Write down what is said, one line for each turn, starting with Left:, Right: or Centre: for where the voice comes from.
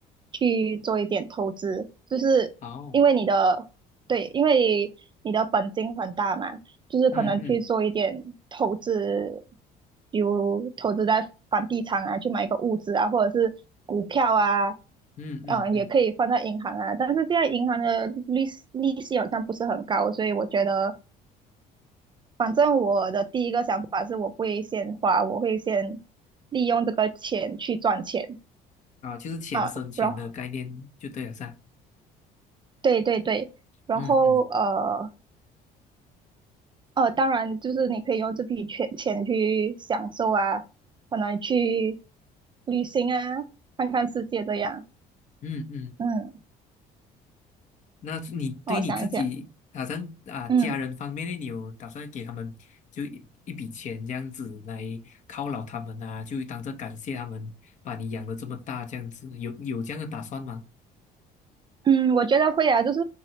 Right: 去做一点投资，就是因为你的，
Left: 好，
Right: 对，因为你的本金很大嘛，就是可能去做一点投资，
Left: 嗯嗯
Right: 比如投资在房地产啊，去买一个物资啊，或者是股票啊，
Left: 嗯嗯嗯，
Right: 嗯，也可以放在银行啊，但是现在银行的利息利息好像不是很高，所以我觉得，反正我的第一个想法是我不会先花，我会先利用这个钱去赚钱。
Left: 啊，就是钱生钱的概念就对了噻，
Right: 啊，然后对对对，然后呃
Left: 嗯嗯
Right: 呃，当然就是你可以用这笔钱钱去享受啊，可能去旅行啊，看看世界这样。
Left: 嗯嗯。
Right: 嗯，
Left: 那你对你自己，
Right: 我想一想，
Left: 好像啊家人方面呢，
Right: 嗯
Left: 你有打算给他们就一一笔钱这样子来犒劳他们啊，就当着感谢他们把你养的这么大这样子，有有这样的打算吗？
Right: 嗯，我觉得会啊，就是